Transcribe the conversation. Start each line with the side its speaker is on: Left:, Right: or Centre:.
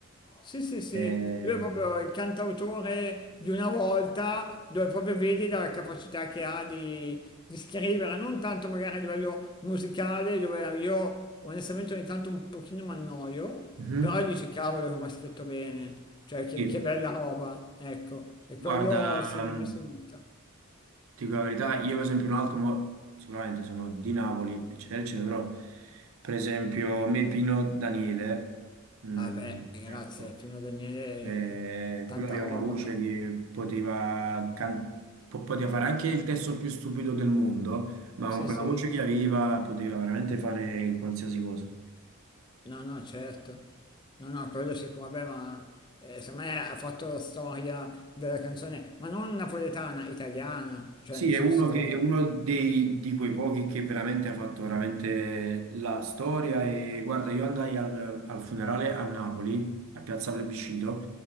Left: Sì, sì, sì,
Right: eh.
Left: lui è
Right: Eh,
Left: proprio il cantautore di una volta dove proprio vedi la capacità che ha di, di scrivere, non tanto magari a livello musicale dove io onestamente ogni tanto un pochino mi annoio,
Right: Mhm.
Left: però dici cavolo come ha scritto bene, cioè che,
Right: Sì,
Left: che bella roba, ecco, e
Right: guarda,
Left: quello secondo
Right: mm,
Left: me si nota.
Right: ti dico la verità, io per esempio un altro, mo- sicuramente sono di Napoli, eccetera, eccetera, però per esempio a me Pino Daniele, mm,
Left: Vabbè, grazie,
Right: ecco,
Left: Pino Daniele,
Right: cioè,
Left: tanta
Right: quello aveva
Left: roba.
Right: una voce che poteva, can- po- poteva fare anche il testo più stupido del mondo, ma
Left: Sì,
Right: con quella
Left: sì.
Right: voce che aveva poteva veramente fare qualsiasi cosa.
Left: No, no, certo. No, no, quello sicuro, vabbè, ma eh, secondo me ha fatto la storia della canzone, ma non napoletana, italiana, cioè
Right: Sì,
Left: nel
Right: è
Left: senso...
Right: uno, che, è uno dei, di quei pochi che veramente ha fatto veramente la storia e guarda, io andai al, al funerale a Napoli, a Piazza Plebiscito,